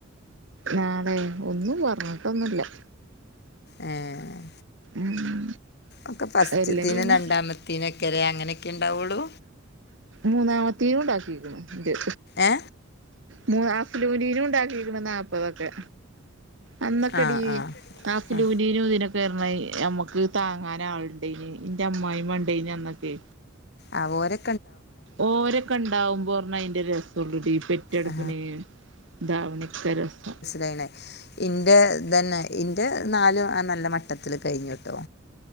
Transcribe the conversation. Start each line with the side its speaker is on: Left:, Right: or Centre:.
Right: നാളെ ഒന്നും ഇല്ല പറഞ്ഞിട്ടൊന്നുമില്ല
Left: ഏഹ്
Right: ഉം
Left: ഒക്കെ പസ്റ്റ്ത്തെന്
Right: അല്ലെങ്കിൽ
Left: രണ്ട
Right: പിന്നെ
Left: രണ്ടാമത്തെനോക്കെലെ അങ്ങനെയൊക്കെ ഉണ്ടാവുള്ളൂ
Right: മൂന്നാമത്തേനു ഉണ്ടക്കിക്കുണു ഇൻ്റെ
Left: ഏ
Right: മൂ ആഫലൂനിനും ഉണ്ടാക്കിക്കണ് നാല്പ്പതൊക്കെ അന്നൊക്കെടി
Left: ആ ആ
Right: കാസിലൂനിനും
Left: ആ
Right: ഇതിനൊ റഞ്ഞായി നമ്മക്ക് താങ്ങാൻ ആളുണ്ടേന് ഇൻ്റെ അമ്മായിയമ്മ ഉണ്ടെന് അന്നൊക്കെ
Left: ആ ഓരെ
Right: ഓരൊക്കെ ഉണ്ടാവുമ്പോ പറഞ്ഞനേ അതിന്റെ രസം ഉള്ളടി പി റ്റെടുക്കണേ
Left: ആ
Right: ഇദാവണക്ക് രസ
Left: താണ് ഇന്റെ തന്നെ ഇന്റെ നാലും എസ് നല്ല മട്ടത്തില് കഴിഞ്ഞുട്ടോ